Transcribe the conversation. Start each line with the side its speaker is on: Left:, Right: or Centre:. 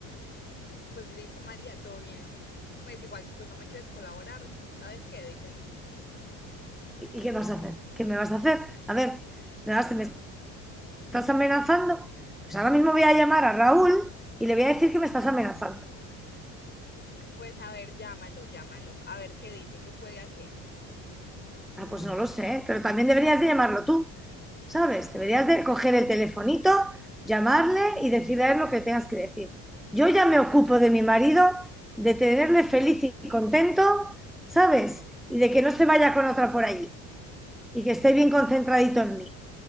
Left: Pues listo, María, todo bien. Pues igual si tú no me quieres colaborar, ¿sabes qué? Deje así.
Centre: ¿Y qué vas a hacer? ¿Qué me vas a hacer? A ver, ¿me, vas, ¿me estás amenazando? Pues ahora mismo voy a llamar a Raúl y le voy a decir que me estás amenazando.
Left: Pues a ver, llámalo, llámalo, a ver qué dice, qué puede hacer.
Centre: Ah, pues no lo sé, pero también deberías de llamarlo tú. ¿sabes? Deberías de coger el telefonito, llamarle y decirle a él lo que tengas que decir. Yo ya me ocupo de mi marido, de tenerle feliz y contento, ¿sabes? Y de que no se vaya con otra por allí y que esté bien concentradito en mí.